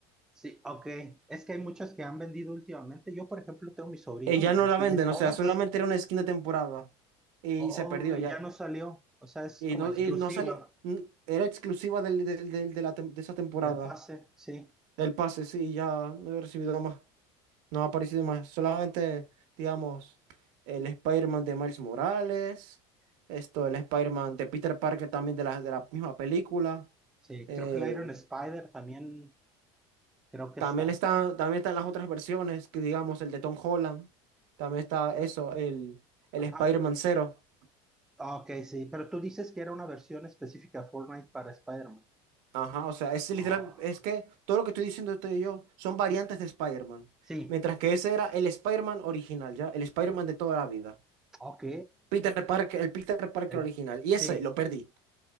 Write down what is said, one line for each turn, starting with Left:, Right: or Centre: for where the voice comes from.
Centre: Sí, ok. Es que hay muchas que han vendido últimamente. Yo, por ejemplo, tengo mi sobrino
Right: Y ya
Centre: y
Right: no
Centre: él
Right: la
Centre: tiene
Right: venden,
Centre: todas.
Right: o sea, solamente era una skin de temporada. Y
Centre: Oh,
Right: se perdió
Centre: y
Right: ya.
Centre: ya no salió. O sea, es
Right: Y
Centre: como
Right: no,
Centre: exclusiva
Right: y no salió, era exclusiva del, del- del- de, la tem- de esa temporada.
Centre: del pase. Sí,
Right: Del pase, sí, ya no he recibido más. No ha aparecido más, solamente, digamos, el Spider-Man de Miles Morales, esto, el Spider-Man de Peter Parker también de la, de la misma película.
Centre: sí.
Right: eh,
Centre: Creo que la Iron Spider también creo que
Right: también
Centre: está.
Right: está, también están las otras versiones, que digamos, el de Tom Holland, también está eso, el, el
Centre: Ajá.
Right: Spider-Man Zero.
Centre: Ah, Ok, sí. Pero tú dices que era una versión específica de Fortnite para Spider-Man.
Right: Ajá, o sea, es
Centre: Ah,
Right: literal, es que todo lo que estoy diciendo usted y yo son variantes de Spider-Man,
Centre: sí,
Right: mientras que ese era el Spider-Man original, ¿ya? El Spider-Man de toda la vida.
Centre: ok.
Right: Peter Parker, el Peter Parker
Centre: El-
Right: original, y
Centre: sí.
Right: ese lo perdí.